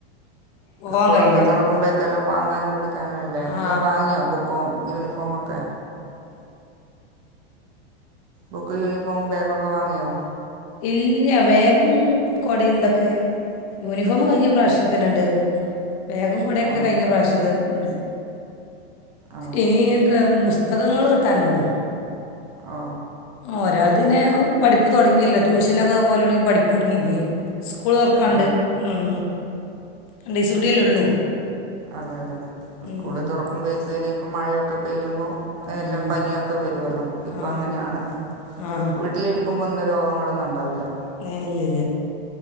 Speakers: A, on the left; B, on the right.
A: പോകാൻ
B: സ്കൂളൊക്കെ
A: കഴിയില്ല
B: തുറക്കുമ്പോഴേക്കെല്ലാം വാങ്ങാനും പിടിക്കാനും ഇല്ലേ?
A: ആ
B: എല്ലാം വാങ്ങിയോ ബുക്കും യൂണിഫോമൊക്കെ. ബുക്ക് യൂണിഫോമും ബേഗൊക്കെ വാങ്ങിയോ
A: ഇല്ല്യ ബാഗും കൊടേം തൊക്കെ യൂണിഫോമ് കഴിഞ്ഞ പ്രാവശ്യത്തന്നണ്ട് ബാഗും കൊടെക്കെകഴിഞ്ഞ
B: ആ
A: പ്രാവശ്യതെ ഇണ്ട്
B: ആ
A: ഇനിയെണ്ട്രാമുസ് തകങ്ങൾ കിട്ടാനുള്ളൂ
B: ആ
A: ആ ഒരാൾ ത് ന്നേ പഠിപ്പ്ർ തൊടങ്ങിയല്ലോ ട്യൂഷനൊക്കെ പോലൊടങ്ങി പഠിപ്പൊടങ്ങിങേ സ്കൂളൊർക്കാണ്ട്
B: ഓ
A: നം രണ്ടീസൂടിഅല്ലേ ഉള്ളൂ
B: അതെതെ
A: ഉം,
B: സ്കൂള് തൊറക്കുമ്പേത്തിന് പ്പം മഴയൊക്കെ പെയ്യുമ്പോ
A: ഉം,
B: എല്ലാം പനിയൊക്കെ വരുവല്ലോ ഇപ്പൊ
A: ആ
B: അങ്ങനെയാണല്ലോ
A: ആ
B: വീട്ടിലിരിക്കുമ്പോ ഒന്നും രോഗങ്ങളൊന്നൊണ്ടാവില്ല
A: ന്നേ ഇല്ല്യല്ല്യ